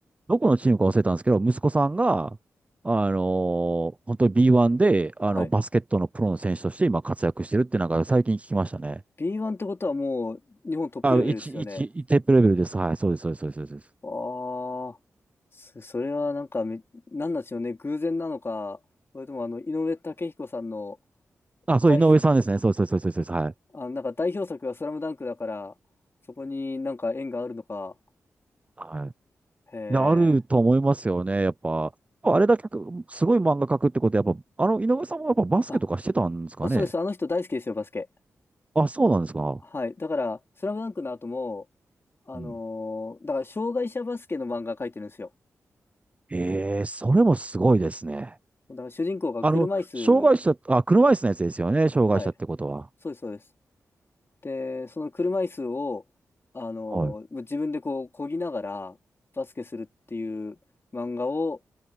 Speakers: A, on the right (about 20°); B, on the left (about 45°).
A: どこのチームか忘れたんですけど、息子さんが、あの、本当に B1 で、あの、
B: はい。
A: バスケットのプロの選手として今活躍してるってなんか最近聞きましたね。
B: B1 ってことはもう日本トップレベルですよね。
A: あ、一、一、一テープレベルです。はい、そうです、そうです、そうです。そうです
B: ああ、そそれはなんかめ、なんなんでしょうね、偶然なのか、それともあの、井上武彦さんの
A: あ、
B: 代表、
A: そう、井上さんですね。そうです、そうです、そうです。そうです
B: あ、なんか代表作がスラムダンクだから、そこになんか縁があるのか。
A: はい。はい。
B: へえ。
A: で、あると思いますよね。やっぱ、あれだけ、すごい漫画描くってことは、やっぱ、あの、井上さんもやっぱバスケとかしてたんですかね。
B: あ、あそうです。あの人大好きですよ、バスケ。
A: あ、そうなんですか。
B: はい。だから、スラムダンクの後も、あのーだから障害者バスケの漫画描いてるんですよ。
A: うん。ええ、それもすごいですね。
B: だから主人公が車椅子、
A: あの、障害者、あ、車椅子のやつですよね。障害者ってことは。
B: はい。そうです、そうです。で、その車椅子を、あの、
A: はい。
B: 自分でこう、漕ぎながらバスケするっていう漫画を、